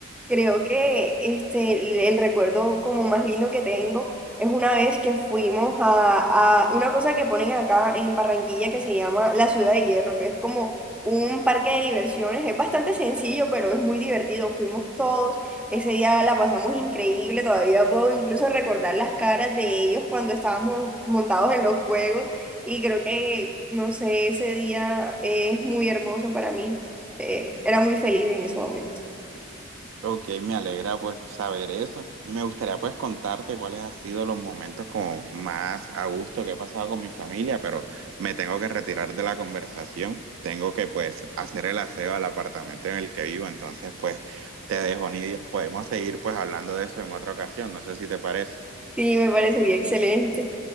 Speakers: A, in the centre; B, on the right.
A: Creo que este, el, el recuerdo como más lindo que tengo es una vez que fuimos a, a una cosa que ponen acá en Barranquilla que se llama la Ciudad de Hierro, que es como un parque de diversiones. Es bastante sencillo, pero es muy divertido. Fuimos todos, ese día la pasamos increíble, todavía puedo incluso recordar las caras de ellos cuando estábamos montados en los juegos y creo que, no sé, ese día es muy hermoso para mí. Eh, era muy feliz en ese momento.
B: Ok, me alegra pues saber eso. Y me gustaría pues contarte cuáles han sido los momentos como más a gusto que he pasado con mi familia, pero me tengo que retirar de la conversación. Tengo que pues hacer el aseo al apartamento en el que vivo, entonces pues te dejo, Nidia. Podemos seguir pues hablando de eso en otra ocasión, no sé si te parece.
A: Sí, me parecería excelente.